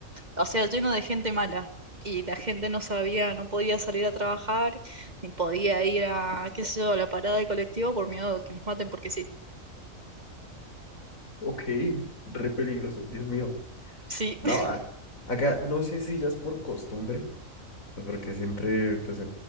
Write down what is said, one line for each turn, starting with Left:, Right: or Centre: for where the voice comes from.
Right: o sea, lleno de gente mala. Y la gente no sabía, no podía salir a trabajar, ni podía ir a, qué sé yo, a la parada del colectivo por miedo de que los maten, porque sí.
Left: Ok, re peligroso, Dios mío.
Right: Sí,
Left: No,
Right: <laughs>
Left: a- acá no sé si ya es por costumbre, pues porque siempre, pues eh,